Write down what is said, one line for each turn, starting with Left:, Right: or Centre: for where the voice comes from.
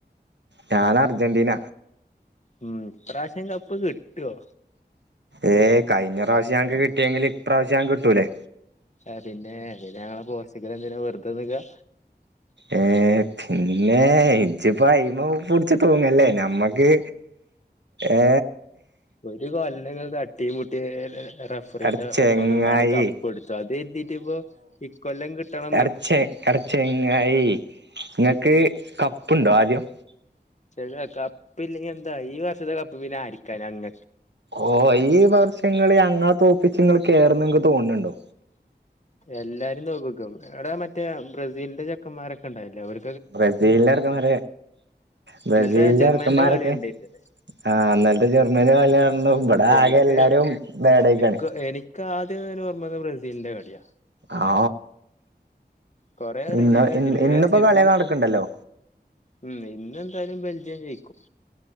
Right: ഞാൻ അർജന്റീന
Left: ഉം ഇപ്രാവശ്യം കപ്പ് കിട്ടുവോ
Right: ഏ കഴിഞ്ഞ പ്രാവശ്യം ഞങ്ങക്ക് കിട്ടിയെങ്കിൽ ഇപ്രാവശ്യം ഞങ്ങക്ക് കിട്ടൂലേ
Left: ക്ഷെ പിന്നെ പിന്ന ങ്ങളെ പോർച്ചുഗൽ എന്തിനാ വെറുതെ നിക്ക
Right: ഏ പിന്നെ ഇജിപ്പയ്മെ പൊടിച്ച് തൂങ്ങല്ലേ ഞമ്മക്ക് ഏ
Left: ഒരു കൊല്ലങ്ങൾ തട്ടീം മു ട്ടി റഫറിന്റെ
Right: എട ചെങ്ങായി
Left: ഒപ്പം നിന്നാണ് കപ്പ് എടുത്തത് അത് എത്തീട്ടിപ്പോ ഇക്കൊല്ലം കിട്ടണം
Right: എടച്ച എടച്ചങ്ങായി ങ്ങക്ക് കപ്പുണ്ടോ ആദ്യം
Left: <unintelligible> കപ്പില്ലെങ്കി എന്താ ഈ വർഷത്തെ കപ്പ് പിന്നെ ആയിരിക്കാ ഞങ്ങ
Right: ഓ ഈ വർഷ ങ്ങള് ഞങ്ങളെ തോപ്പിച്ച് ങ്ങള് കേറുന്ന് ങ്ങക്ക് തോന്നണ് ണ്ടോ
Left: എല്ലാരും തോപിക്കും എവിടെ മറ്റേ ബ്രസീലിന്റെ ചെക്കന്മാരൊക്കെ ഉണ്ടായില്ലേ അവർ
Right: ബ്രസീലന്റെറെർക്കെമാര ബ്രസീലന്റെർക്കെന്മാരൊക്കെ
Left: ഇന്നലത്തെ ജർമ്മനിന്റെ കളി കണ്ടിരുന്നില്ലേ
Right: ആഹ ഇ ന്നലത്തെ ജർമ്മനി വല്ലു ഇവിടെ
Left: എനിക്ക്
Right: ആകെ എല്ലാരും വേടക്കാണ്
Left: എനിക്ക് എനിക്ക് ആദ്യം ഓർമ്മ ബ്രസീലിന്റെ കളിയാ
Right: ആ
Left: കൊറേ
Right: ഇന്ന്
Left: റീല് കണ്ടില്ലേ
Right: ഇ
Left: അതിനനുസരിച്ച്
Right: ഇന്നിപ്പോ കളിയ നടക്കണ്ടല്ലോ
Left: ഉം ഇന്നന്തെയാലും ബെൽജിയം ജയിക്കും